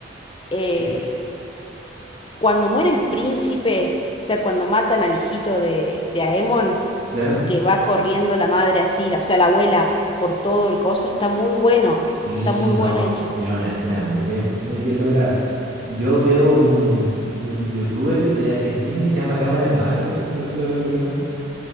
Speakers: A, on the left; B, on the right.
A: Eh,
B: ve-
A: cuando muere el príncipe, o sea, cuando matan al hijito de, de Aemon
B: claro.
A: que va corriendo la madre así, la- o sea, la abuela, por todo el coso, está muy bueno,
B: Sí,
A: está muy buena
B: no,
A: hecha.
B: tiene una escena muy bien, muy bien logradas. Yo veo un, un youtuber de argentino que se llama Cámara en Mano, no sé si lo, lo, lo conoce.